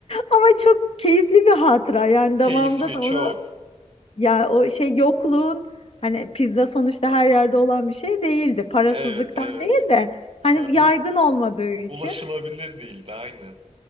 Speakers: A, on the left; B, on the right.
A: Ama çok keyifli bir hatıra yani damağımda
B: Keyifli
A: da
B: çok.
A: onu ya o şey yokluğun hani pizza sonuçta her yerde olan bir şey değildi. Parasızlıktan
B: Evet evet.
A: değil de hani
B: Aha.
A: yaygın olmadığı için
B: Ulaşılabilir değildi aynen.